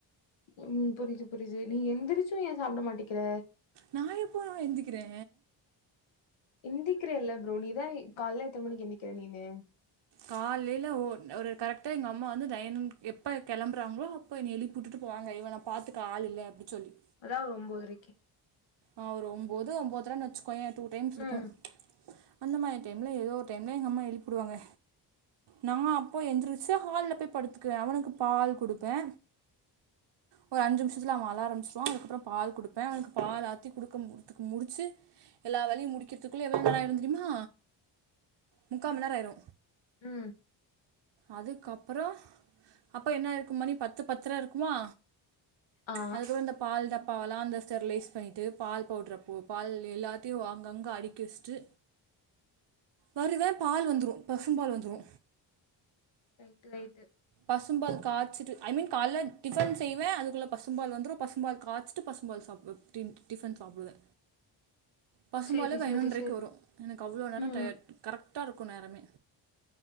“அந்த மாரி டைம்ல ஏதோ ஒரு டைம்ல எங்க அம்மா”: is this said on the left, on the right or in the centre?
Right